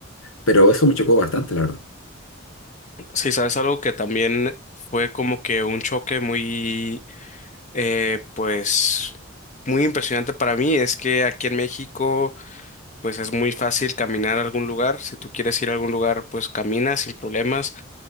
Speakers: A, on the left (about 80°); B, on the left (about 35°).
A: Pero eso me chocó bastante, la verdad.
B: Sí, sabes, algo que también fue como que un choque muy Eh, pues muy impresionante para mí es que aquí en México pues es muy fácil caminar a algún lugar. Si tú quieres ir a algún lugar pues caminas sin problemas.